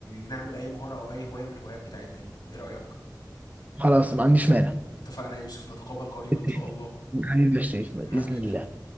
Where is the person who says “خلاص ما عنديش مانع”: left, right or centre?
Right